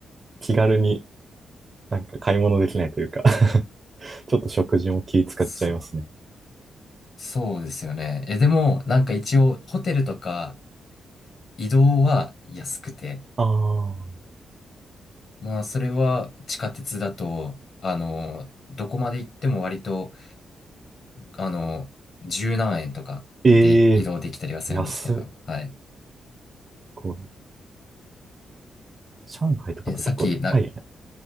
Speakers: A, on the right; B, on the left.
A: 気軽になんか買い物できないというか <laughs> ちょっと食事も気使っちゃいますね。
B: そ、そうですよね。え、でも、なんか一応、ホテルとか移動は安くて、
A: ああ、
B: まあ、それは地下鉄だと、あの、どこまで行っても割とあの、十何円とかで移動できたりはするんですけど、
A: ええ安っ、
B: はい。
A: こう、上海とかと結構、
B: え、さっき、な、
A: あ、いや、